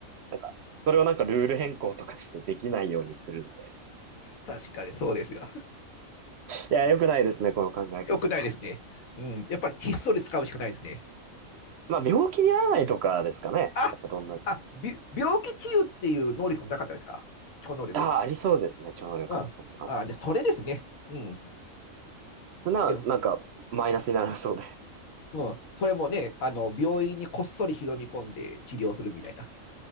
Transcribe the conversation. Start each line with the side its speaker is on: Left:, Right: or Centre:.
Right: なんか、それをなんかルール変更とかしてできないようにするんで。
Left: 確かにそうですよ。
Right: いや、良くないですね、この考え方は。
Left: よくないですね。うん、やっぱりひっそり使うしかないですね。
Right: まあ、病気にならないとかですかね。やっぱどんな、
Left: あ、あ、び病気治癒っていう能力もなかったですか超能力に。
Right: ああ、ありそうですね、超能力の中には。
Left: うん。あ、じゃあそれですね。うん。
Right: そんな、
Left: でも、
Right: なんか、マイナスにならそうで。
Left: うん、それもね、あの、病院にこっそり忍び込んで治療するみたいな。